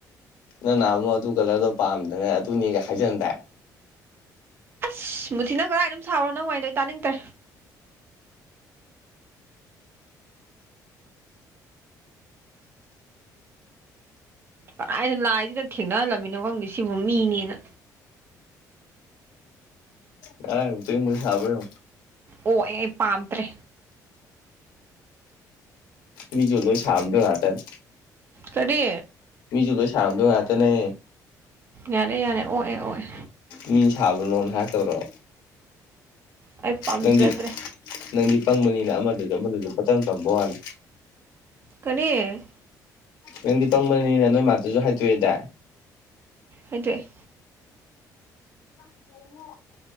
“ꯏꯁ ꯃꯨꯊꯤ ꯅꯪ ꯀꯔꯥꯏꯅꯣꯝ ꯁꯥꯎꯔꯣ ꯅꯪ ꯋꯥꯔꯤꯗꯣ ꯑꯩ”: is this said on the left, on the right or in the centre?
Right